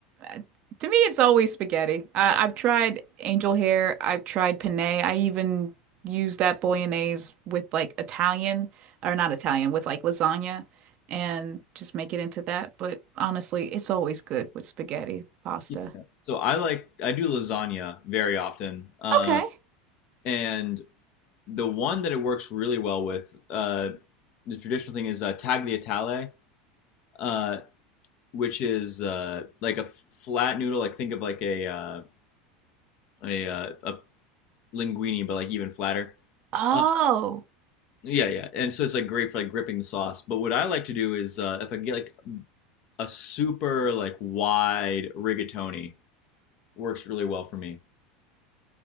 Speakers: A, on the right; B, on the left.
A: uh, to me it's always spaghetti. I, I've tried angel hair, I've tried penne. I even use that bolognese with like Italian or not Italian with like lasagna and just make it into that. But honestly, it's always good with spaghetti pasta.
B: Yeah. So I like I do lasagna very often, uh,
A: Okay.
B: and the one that it works really well with uh, the traditional thing is uh, tagliatelle, uh, which is uh, like a flat noodle. Like think of like a uh, a uh, a linguine, but like even flatter.
A: Oh,
B: Uh, yeah, yeah. And so it's like great for like gripping the sauce. But what I like to do is uh, if I can get like a super like wide rigatoni, works really well for me.